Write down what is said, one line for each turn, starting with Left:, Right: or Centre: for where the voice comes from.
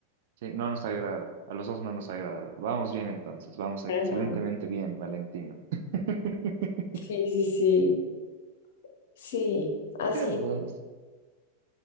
Right: sí, no nos agrada, a los dos no nos agrada. Vamos bien entonces, vamos excelentemente
Left: para nada.
Right: bien, Valentina. <laughs>
Left: Sí, sí, sí, sí, así,
Right: Mira vos.